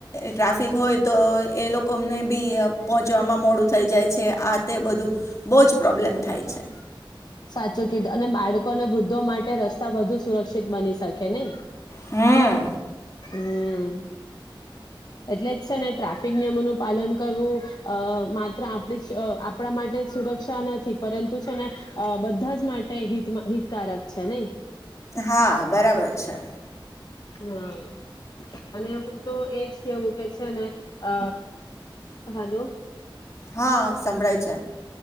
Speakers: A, on the left; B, on the left.
A: ટ્રાફિક હોય તો એ લોક ને બી પહોંચવામાં મોડું થઈ જાય છે આ તે બધું બહુ જ પ્રોબ્લેમ થાય છે.
B: સાચું કીધું અને બાળકો અને વૃદ્ધો માટે રસ્તા વધુ સુરક્ષિત બની શકે નઈ
A: હમ્મ
B: હમ્મ એટલે જ છે ને ટ્રાફિક નિયમોનું પાલન કરવું અ માત્ર આપડી અ આપણા માટે જ સુરક્ષા નથી. પરંતુ છે ને અ બધા જ માટે હિતમા હિતકારક છે નહી.
A: હા બરાબર છે.
B: હા અને હું તો એજ કેવું કે છે ને અ હાલો
A: હા સંભળાય છે.